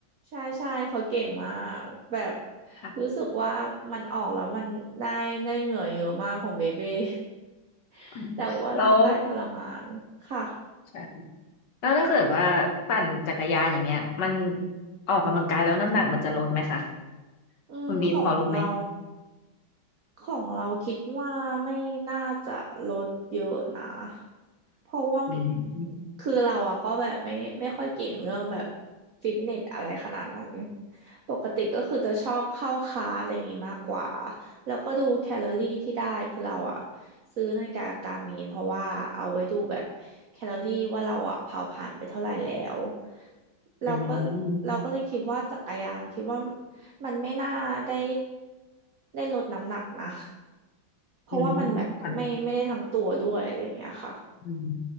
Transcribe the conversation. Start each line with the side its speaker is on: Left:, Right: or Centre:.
Right: ใช่ใช่เขาเก่งมากแบบ
Left: ค่ะ
Right: รู้สึกว่ามันออกแล้วมันได้ได้เหงื่อเยอะมากของเบเบ้ <laughs>
Left: อืมแล้ว
Right: แต่ว่าร่างกายทรมานค่ะ
Left: ค่ะแล้วถ้าเกิดว่าปั่นจักรยานอย่างเงี้ยมันออกกำลังกายแล้วน้ำหนักมันจะลดไหมคะ
Right: อืมของเรา
Left: คุณบีมพอรู้ไหม
Right: ของเราคิดว่าไม่น่าจะลดเยอะนะเพราะว่า
Left: อืม
Right: คือเราอะก็แบบไม่ไม่ค่อยเก่งเรื่องแบบฟิตเนสอะไรขนาดนั้นปกติก็คือจะชอบเข้าคลาสอะไรอย่างงี้มากกว่าแล้วก็ดูแคลอรี่ที่ได้คือเราอะซื้อนาฬิกาการ์มีนเพราะว่าเอาไว้ดูแบบแคลอรี่ว่าเราอะเผาผ่านไปเท่าไหร่แล้วเราก็
Left: อืม
Right: เราก็เลยคิดว่าจักรยานคิดว่า มันไม่น่าได้ได้ลดน้ำหนักนะเพราะว่ามันแบบไม่ไม่ได้ทั้งตัวด้วยอะไรอย่างเงี้ยค่ะ
Left: อืมแต่อืม